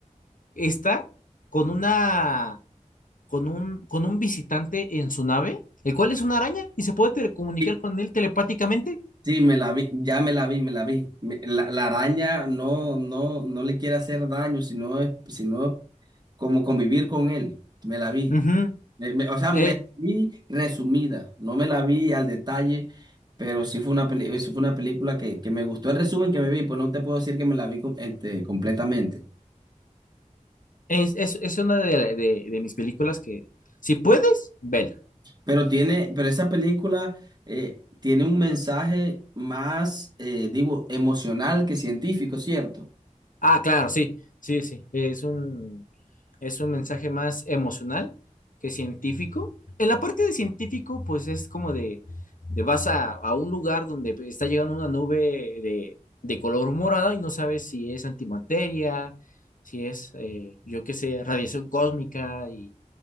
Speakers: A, on the left; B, on the right.
A: está con una con un, con un visitante en su nave, el cual es una araña y se puede telecomunicar
B: Sí,
A: con él telepáticamente.
B: sí, me la vi, ya me la vi, me la vi. Me- la, la araña no, no, no le quiere hacer daño, sino, es- sino como convivir con él. Me la vi.
A: Ujú.
B: Me- me- o sea, me
A: Eh,
B: la vi resumida, no me la vi al detalle, pero sí fue una peli- sí fue una película que, que me gustó el resumen que me vi, pues no te puedo decir que me la vi com- este, completamente.
A: es, es- es una de, la- de- de mis películas que, si puedes, vela.
B: Pero tiene, pero esa película eh, tiene un mensaje más, eh, digo, emocional que científico, ¿cierto?
A: Ah, claro, sí, sí, sí. Es un, es un mensaje más emocional que científico. En la parte de científico, pues es como de, de vas a, a un lugar donde está llegando una nube de, de color morado y no sabes si es antimateria, si es, eh, yo qué sé, radiación cósmica y,